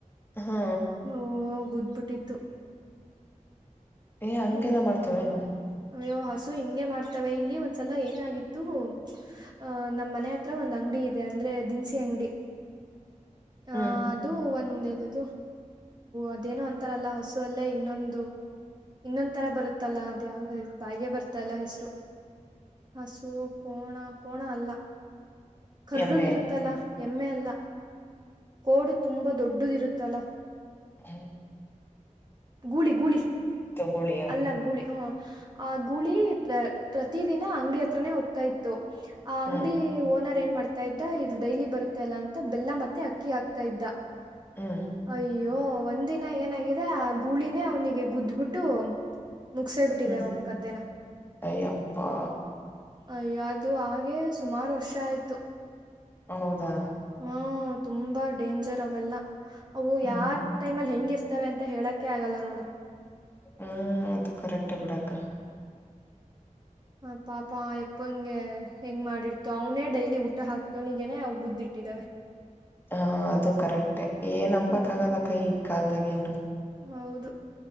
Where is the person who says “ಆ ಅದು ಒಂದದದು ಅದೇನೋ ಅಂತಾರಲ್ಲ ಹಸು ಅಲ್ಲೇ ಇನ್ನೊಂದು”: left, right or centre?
Right